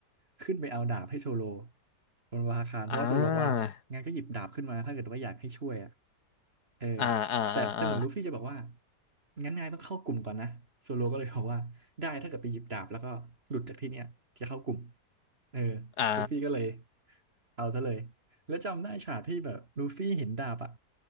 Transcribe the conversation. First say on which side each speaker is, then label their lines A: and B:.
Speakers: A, on the right; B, on the left.
A: ขึ้นไปเอาดาบให้โซโลบนวาคารเพราะว่าโซโลบอกว่างั้นก็หยิบดาบขึ้นมาถ้าเกิดว่าอยากให้ช่วยอ่ะ
B: อ่า
A: เออ
B: อ่าอ่าอ่าอ่า
A: แต่แต่เหมือนลูฟี่จะบอกว่างั้นนายต้องเข้ากลุ่มก่อนนะโซโลก็เลยบอกว่าได้ถ้าเกิดไปหยิบดาบแล้วก็หลุดจากที่เนี้ยจะเข้ากลุ่มเออ
B: อ่า
A: ลูฟี่ก็เลยเอาซะเลยแล้วจำได้ฉากที่แบบลูฟี่เห็นดาบอ่ะ